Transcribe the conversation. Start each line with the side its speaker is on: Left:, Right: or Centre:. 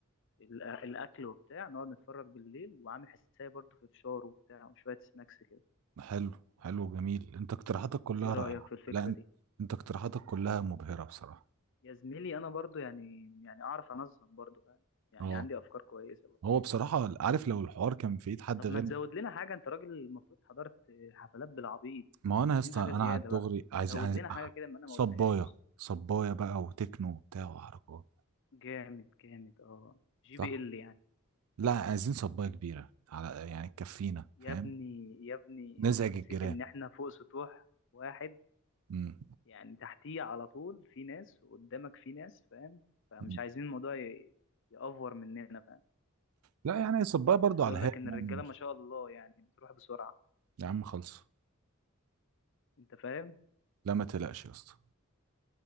Left: ال- الاكل وبتاع نقعد نتفرج بالليل وعامل حسابي برضو في فشار وبتاع وشويه سناكس كده
Right: حلو حلو جميل انت اقتراحاتك كلها
Left: ايه رايك
Right: رائعة
Left: في الفكره
Right: لا انت
Left: دي
Right: انت اقتراحاتك كلها مبهرة بصراحة
Left: يا زميلي انا برضو يعني يعني اعرف انظم برضو فاهم يعني
Right: اه
Left: عندي افكار كويسه برضو
Right: هو بصراحة عارف لو الحوار كان في ايد حد
Left: طب
Right: غير
Left: ما تزود لنا حاجه انت راجل المفروض حضرت حفلات بالعبيط
Right: ما هو انا
Left: عايزين
Right: يا اسطى
Left: حاجه
Right: انا
Left: زياده
Right: على الدغري
Left: بقى
Right: عايز
Left: زود
Right: عايز
Left: لنا حاجه كده ما انا
Right: صباية
Left: ما قلتهاش
Right: صباية بقى وتكنو وبتاع وحركات
Left: جامد جامد اه جي
Right: صح
Left: بي ال يعني
Right: لا عايزين صباية كبيرة على يعني تكفينا
Left: يا
Right: فاهم
Left: ابني يا ابني
Right: نزعج
Left: انت نسيت
Right: الجيران
Left: ان احنا فوق سطوح واحد
Right: مم.
Left: يعني تحتيه على طول في ناس وقدامك في ناس فاهم فمش
Right: مم.
Left: عايزين الموضوع ي- يأفور مننا فاهم
Right: لا يعني صباية برضو
Left: عايز
Right: على
Left: اقول
Right: هادي
Left: لك ان
Right: يعني
Left: الرجاله
Right: مش
Left: ما شاء الله يعني بتروح بسرعه
Right: يا عم خلص
Left: انت فاهم
Right: لا ما تقلقش يا اسطى